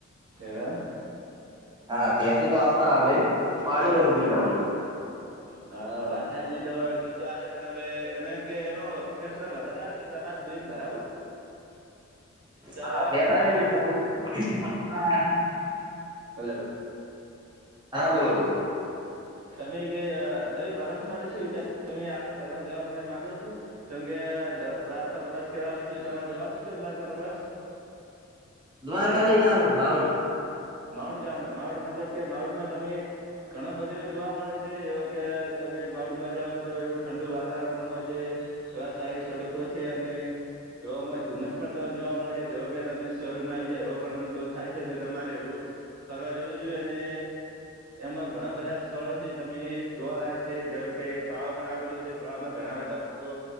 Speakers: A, on the right; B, on the right.
A: હા.
B: હા ભેંસ તો આપતા હાલે પાડો દૂધ હાલે.
A: હા વાત હાચીતો જીતોલે પણે એને એમ કે એનો ફેર થોડક વધારે આવે તમારે જોઈને ભરાવું? સારે
B: હા
A: વાત
B: ફેટ આવે <unintelligible>
A: હલો.
B: હા બોલો બોલો.
A: તમે ભી તય પ્રવાસ માટે શું વિચાર તમે આગળ પ્રવાસ જવા માટે માગો છો? જેમ કે દ્વારકા પ્રવાસ કરવાનું છે, તમારે જવાનું છે દ્વારકા પ્રવાસ?
B: દ્વારકા નહી જવાનું માઉન્ટ.
A: માઉન્ટ જાવાનુ માઉન્ટ મતલબ કે માઉન્ટ માં તમે ઘણા બધું એવું જોવા મળે છે એવ કે તમે માઉન્ટ માં જાઓ તો એવું ઠંડુ વાતાવરણ પણ હોય છે એવા સારી સડકો છે અને એવામાં ધુમ્મસ પણ તમને જોવા મળે છે. જેવો કે તમે શરમાઇ જાય એવો પણ અનુભવ થાય છે. તો તમારે એવું ફરવા જવું જુવે અને એમાં ઘણા બધા સ્થળો છે. તમે જોવાલાયક છે જેમ કે તળાવ પણ આવેલું છે, તળાવ માં ઘણા બધા લોકો